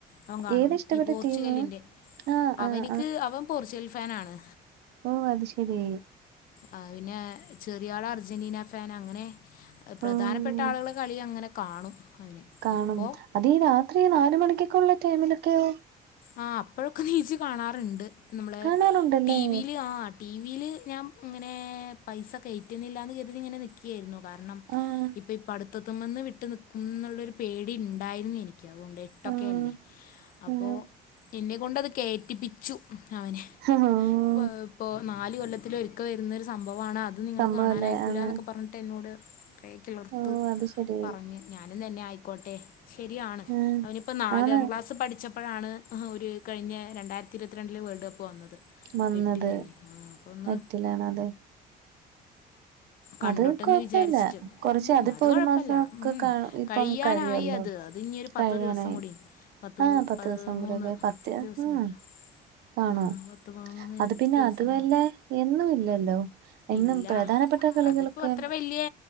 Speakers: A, on the left; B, on the right.
A: അവൻ കാണും
B: ഏതാ ഇഷ്ടപ്പെട്ട
A: ഈ പോർച്ചുഗലിന്റെ
B: ടീമ് ആഹ്
A: അവനിക്ക്
B: ആഹ്
A: അവൻ പോർച്ചുഗൽ ഫാനണ്
B: ഓ അത് ശരി
A: ആ പിന്നെ ചെറിയ ആള് അർജന്റീന ഫാൻ അങ്ങനെ പ്രധാനപ്പെട്ട
B: ഓഹ്
A: ആളുകൾ കളി അങ്ങനെ കാണും അവന്
B: കാണും
A: ഇപ്പോൾ
B: അതീഈ രാത്രി നാല് മണിക്കൊക്കെ ഉള്ള ടൈമിലൊക്കെയോ
A: ആ അപ്പോഴൊക്കെ നീച് കാണാറുണ്ട് നമ്മളെ
B: കാണാറുണ്ടല്ലേ
A: ടി വിൽ ആ ടി വിയിൽ ഞാൻ ഇങ്ങനെ പൈസ കയറ്റിന്നില്ലാന്ന് കരുതി ഇങ്ങനെ നിക്കയായിരുന്നു കാരണം
B: ആഹ്
A: ഇപ്പൊ പഠിത്തതിമ്മിന്ന് വിട്ടു നിക്കുന്നുള്ളൊരു പേടി ഉണ്ടായിരുന്നു എനിക്ക് <unintelligible>
B: ആഹ്
A: അപ്പോൾ
B: ആഹ്
A: എന്നെ കൊണ്ടത് കേറ്റിപ്പിച്ചു അവൻ
B: <unintelligible>
A: ഇപ്പൊ.. നാല് കൊല്ലത്തില് ഒരിക്ക വരുന്നരു സംഭവമാണ് അത് അത് നിങ്ങൾ
B: സംഭവല്ലേ
A: കാണാനയക്കൂല്ല
B: ആണ്
A: എന്നൊക്കെ പറഞ്ഞിട്ട് എന്നോട് കിളർത്ത്
B: ഓഹ് അത് ശരി
A: പറഞ്ഞ് ഞാനും തന്നെ ആയിക്കോട്ടെ ശരിയാണ്
B: ആഹ്
A: അവനിപ്പോൾ നാലാം
B: ആണ്
A: ക്ലാസ്സ് പഠിച്ചപ്പോഴാണ് ആ ഒരു കഴിഞ്ഞ രണ്ടായിരത്തി ഇരുപത്തിരണ്ടില് വേൾഡ് കപ്പ് വന്നത് <unintelligible>
B: വന്നത്
A: ആ അപ്പ ഒന്ന്
B: നെറ്റിലാണത്
A: കണ്ടോട്ടന്ന്
B: അത് കൊഴപ്പല്ല
A: വിചാരിച്ചിട്ട്..
B: കൊറച്ച്
A: ഉം..
B: അതിപ്പോ
A: അത് കൊഴപ്പല്ല..
B: ഒരു മാസം ഒക്കെ
A: ഉം..
B: കാണും ഇപ്പം
A: കഴിയാനായി
B: കഴിയുവല്ലോ
A: അത് അത് ഇനിരു പത്തു
B: കഴിയാനായി
A: ദിവസം കൂടി പത്ത്
B: ആഹ്
A: പതിമൂന്ന്
B: ദിവസം കൂടെയൊക്കെ പത്ത്
A: ദിവസം
B: ആഹ്
A: കൂടി
B: കാണും
A: ആഹ്.. പത്ത് പതിമൂന്ന്
B: അത് പിന്നെ
A: ദിവസം
B: അതുവല്ല
A: കൂടി...
B: എന്നും ഇല്ലല്ലോ എന്നും
A: ഇല്ലഹ്..
B: പ്രധാനപ്പെട്ട കളികളൊക്കെ
A: അതിപ്പോ അത്ര വല്യ